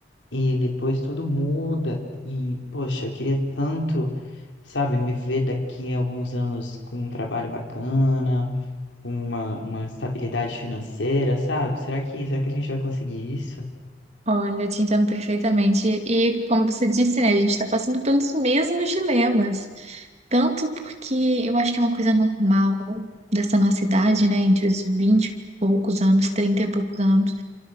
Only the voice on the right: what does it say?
Olha, te entendo perfeitamente. E como você disse, né, a gente está passando pelos mesmos dilemas. Tanto porque eu acho que é uma coisa normal dessa nossa idade, né, entre os 20 e poucos anos, 30 e poucos anos.